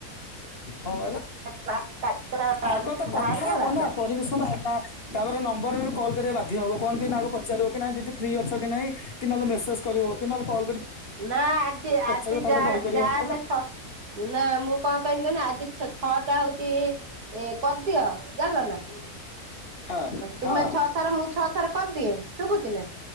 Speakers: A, on the left; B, on the right.
A: ହଁ।
B: କ୍ଲାସ କାଟର
A: ଆଗ ତ କଥା
B: ବାହାରି ଗଲା
A: ହବ ନା
B: ତ
A: ପରମିଶନ ହବା ତାପରେ ନମ୍ବରରୁ କଲ୍ କରିବା ବାଧ୍ୟ ହବ କଣ ପାଇଁ ନା ଆଗ ପଚାରିବ କି ନାଇ ଦିଦି ଫ୍ରି ଅଛ କି ନାହିଁ କି ନହେଲେ ମେସେଜ କରିବ କି ନହେଲେ କଲ୍ କରି
B: ନା ଆଜି
A: ପଚାରିବ
B: ଆଜି
A: ତାପରେ
B: ଯାର
A: କଲ୍ କରିବ
B: ଯା ହେଲେ
A: ନା
B: ଛ ନା ମୁଁ କଣ କହିନି କହି ଆଜି ଛଅଟା ହଉଛି ଏ କରିଦିଅ ଜାଣିଲ ନା
A: ହଁ
B: ତୁମେ
A: ହଁ
B: ଛଅ ଥର ମୁଁ ଛଅ ଥର କରିଦିଏ ଶୁଭୁଛି ନା